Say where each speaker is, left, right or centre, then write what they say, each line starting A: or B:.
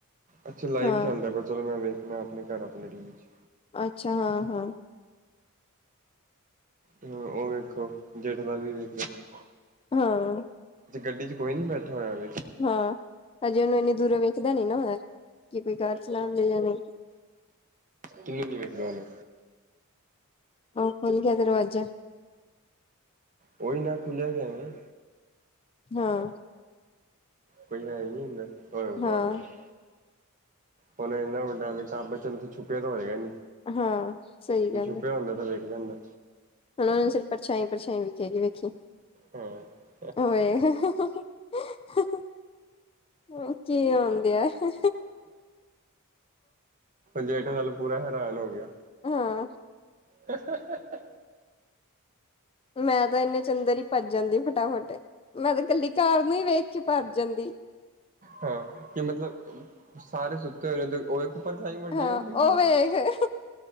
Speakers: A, on the right; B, on the left.
A: ਅੱਛਾ ਲਾਈਵ
B: ਹਾਂ
A: ਚੱਲ ਰਿਹਾ ਪਰ ਚਲੋ ਮੈਂ ਵੇਖਣਾ ਆਪਣੇ ਘਰ ਆਪਣੇ ਟੀ-ਵੀ ਚ।
B: ਅੱਛਾ ਹਾਂ ਹਾਂ
A: ਹਾਂ ਉਹ ਵੇਖੋ ਜੇਠਾ ਲਾਲ ਵੀ ਵੇਖ ਲ
B: ਹਾਂ
A: ਗੱਡੀ ਚ ਕੋਈ ਨਹੀਂ ਬੈਠਾ ਹੋਇਆ ਵਿੱਚ।
B: ਹਾਂ ਅਜੇ ਉਹਨੂੰ ਇੰਨੀ ਦੂਰੋਂ ਵੇਖਦਾ ਨੀ ਨਾ ਕਿ ਕੋਈ ਕਾਰ ਚਲਾਉਦੇ ਜਾਂ ਨਹੀਂ।
A: ਕਿਨੂੰ ਨੀ ਵੇਖਦੇ ਹੁਣ?
B: ਉਹ ਖੁੱਲ ਗਿਆ ਦਰਵਾਜਾ।
A: ਓਹੀ ਨਾ ਖੁੱਲਿਆ ਗਿਆ ਵੇ।
B: ਹਾਂ
A: ਕੋਈ ਹੈ ਨਹੀਂ ਅੰਦਰ ਓਹ
B: ਹਾਂ
A: ਉਹ ਦੇਖ ਹੁਣ ਇਨਾ ਵੱਡਾ ਅਮਿਤਾਬ ਬਚਨ ਉੱਥੇ ਛੁਪਿਆ ਤਾਂ ਹੋਏਗਾ ਨੀ।
B: ਹਾਂ ਸਹੀ
A: ੳਹ
B: ਗੱਲ
A: ਛੁੱਪਿਆ
B: ਹੈ
A: ਹੁੰਦਾ ਤਾਂ ਵਿਖ ਜਾਂਦਾ।
B: ਹੁਣ ਉਹਨੂੰ ਸਿਰ ਪਰਛਾਈ ਪਰਛਾਈ ਵਿਖੇਗੀ ਵੇਖੀ।
A: ਹਾਂ
B: ੳਏ ਹਾ ਹਾ ਹਾ ਕੀ ਹੋਣ ਦਿਆ ਏ?
A: ਜੇਠਾ ਲਾਲ ਪੂਰਾ ਹੈਰਾਨ ਹੋ ਗਿਆ।
B: ਹਾਂ।
A: ਹਾ -ਹਾ- ਹਾ
B: ਮੈਂ ਤਾਂ ਇੰਨੇ ਚ ਅੰਦਰ ਹੀ ਭੱਜ ਜਾਂਦੀ ਫਟਾਫਟ। ਮੈਂ ਤਾਂ ਕੱਲੀ ਕਾਰ ਨੂੰ ਹੀ ਵੇਖ ਕੇ ਭੱਜ ਜਾਂਦੀ।
A: ਹਾਂ। ਕਿ ਮਤਲਬ ਸਾਰੇ ਸੁੱਤੇ ਹੋਏ ਨੇ ਉਹ ਉਹ ਪਰਛਾਈ ਵੱਡੀ
B: ਹਾਂ
A: ਹੁੰਦੀ।
B: ਉਹ ਵੇਖ